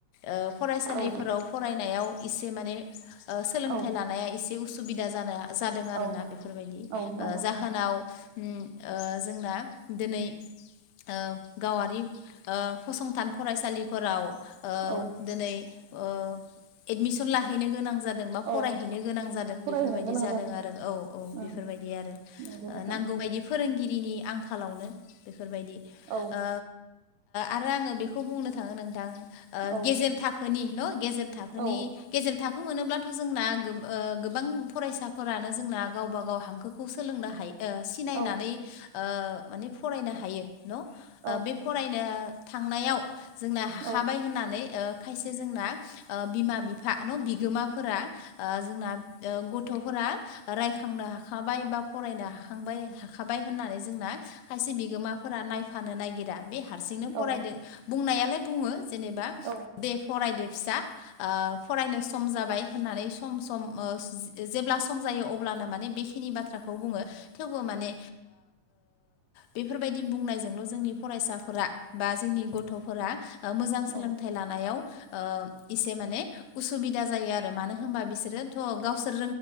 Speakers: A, on the left; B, on the right.
A: ओ फरायसालिफोराव
B: औ
A: फरायनायाव एसे माने ओ सोलोंथाइ
B: औ
A: लानाया एसे उसुबिदा जानो जादों आरोना
B: औ
A: ओ
B: औ नंगौ
A: जाहो ओम ओ जोंना दिनै ओ गावारि ओ फसंथान फरायसालिफोराव ओ
B: औ
A: दोनै ओ एडमिसन लाहैनो गोनां जादों जादोंबा फरायहैनो
B: औ
A: गोनां जादों
B: फरायहैनो
A: बेफोरबायदि
B: गोनां
A: जादों आरो औ औ
B: उम
A: बेफोरबायदि आरो
B: नंगौ नोंथां
A: नांगौ बायदि फोरोंगिरिनि आंखालावनो बेफोरबायदि
B: औ
A: ओ आरो आङो बेखौ बुंनो थाङो नोंथां
B: औ
A: गेजेर थाखोनि न गेजेर थाखोनि
B: औ
A: गेजेर थाखो मोनोब्ला थ' जोंना ओ गोबां फरायसाफोरानो जोंना गावबा गाव हांखोखौ सोलोंनो हायो सिनायनानै
B: औ
A: माने फरायनो हायो न
B: औ
A: बे फरायनो थांनायाव जोंना हाखाबाय
B: औ
A: होननानै खायसे जोंना बिमा बिफा न' बिगा फोर जोंना गथ'फोरा रायखांनो हाखाबाय बा फरायनो हाखांबाय हाखाबाय होननानै जोंना खायसे बिगोमाफोरा नायफानो नागिरा बे हारसिंनो फरायदों
B: औ
A: बुंनायालाय बुङो जेनेबा
B: औ
A: दे फरायदो फिसा फरायनो सम जाबाय होननानै सम सम जेब्ला सम जायो अब्लानो माने बेखिनि बाथ्राखौ खौ बुङो थेवबो माने बेफोरबायदि बुंनायजोंल जोंनि फरायसाफोरा बा जोंनि गथ'फोरा मोजां सोलोंथाइ
B: औ
A: लानायाव एसे माने उसुबिदा जायो आरो मानो होन मानो होनबा बिसोरोथ गावसोर